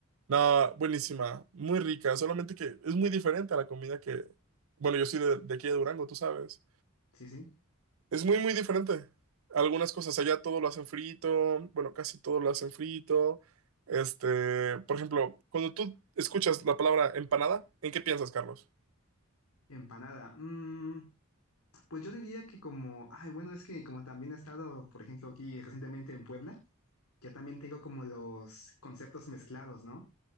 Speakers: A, on the right; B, on the left.
A: No, buenísima, muy rica, solamente que es muy diferente a la comida que, bueno, yo soy de, de aquí de Durango, tú sabes.
B: Sí, sí.
A: Es muy, muy diferente. Algunas cosas allá todo lo hacen frito, bueno, casi todo lo hacen frito. Este, por ejemplo, cuando tú escuchas la palabra empanada, ¿en qué piensas, Carlos?
B: Empanada. Mm, pues yo diría que como, ay, bueno, es que como también he estado, por ejemplo, aquí recientemente en Puebla, ya también tengo como los conceptos mezclados, ¿no?